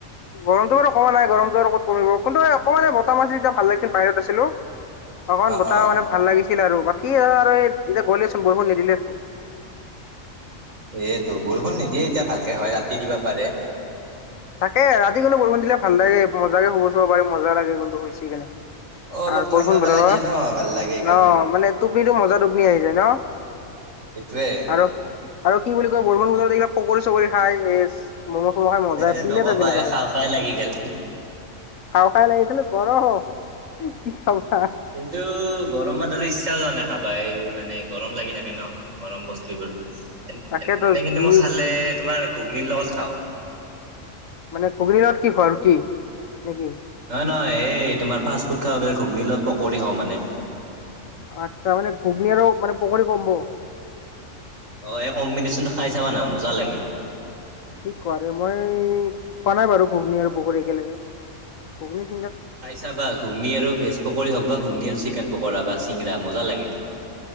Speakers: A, on the left; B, on the right.
A: গৰমটো বাৰু কমা নাই গৰমটো আৰু কত কমিব কিন্তু অকমান বতাহ মাছ যেতিয়া ভাল লাগে বাহিৰত আছিলো অকণ
B: অ
A: বতাহ
B: অ
A: মানে ভাল লাগিছিল আৰু বাকি এতিয়া গলে এতিয়া বৰষুণ নিদিলেচোন
B: এইটো বৰষুণ নিদিয়ে এতিয়া ভালকে হয় ৰাতি দিবা পাৰে
A: তাকে ৰাতি কিন্তু বৰষুণ দিলে ভাল লাগে মজাকে শুব চব পাৰি মজা লাগে কিন্তু হৈছে কেনে
B: অ অলপ
A: আৰু
B: ঠাণ্ডা
A: বৰষুণ
B: পেলাই
A: বতৰৰ
B: দিয়ে ন ভাল লাগে সেইকাৰণে
A: ন মানে টোপনিতটো মজা টোপনি আহি যায় ন।
B: সেইটোৱে
A: আৰু আৰু কি বুলি কয় বৰষুণ বতৰ এই পকৰি চকৰি খাই এ ম'ম' চমো খাই মজাই
B: এ
A: পিলে
B: নকবা
A: ত বলে ক
B: এ খাওঁ খাওঁ লাগি গেল
A: খাওঁ খাই লাগিছিল গৰ কি খ
B: কিন্তু গৰমত আৰু ইচ্ছাও যোৱা নাই খাবাই মানে গৰম লাগি থাকে ন মৰম বস্তুোৰ এ
A: তাকেতো
B: এনে কিন্তু
A: যি
B: মই খালে তোমাৰ ঘুগনিৰ লগত খাওঁ।
A: মানে ঘুগনি লগত কি খোৱা কি নেকি?
B: নহয় নহয় এই তোমাৰ ফাষ্ট ফুড খাব গলে ঘুগনি লগত পকৰি হওঁ মানে।
A: আচ্ছা মানে ঘুগনি আৰু মানে পুখুৰী কমব।
B: অ এই কম্বিনেশ্যনটো খাই চাবা ন মজা লাগে।
A: কি ক মই কোৱা নাই বাৰু ঘুগনি আৰু পকৰি একেলগে ঘুগন
B: খাই চা বা ঘুগনি আৰু ভেজ পকৰি হওক বা ঘুগনি আৰু চিকেন পকৰা বা চিংৰা মজা লাগে।